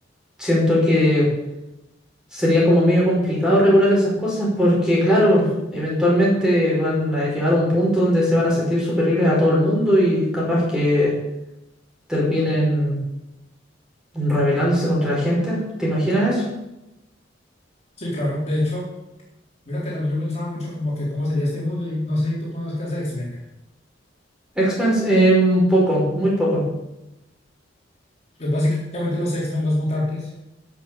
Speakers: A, in the centre; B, on the left (about 35°).
A: siento que sería como medio complicado regular esas cosas porque, claro, eventualmente van a llegar a un punto donde se van a sentir superiores a todo el mundo y capaz que terminen rebelándose contra la gente. ¿Te imaginas eso?
B: Sí, claro, de hecho, mira que también yo pensaba mucho como que cómo sería este mundo y no sé si tú conozcas X-Men.
A: X-Men, eh, un poco, muy poco.
B: Pues básicamente los X-Men, los mutantes,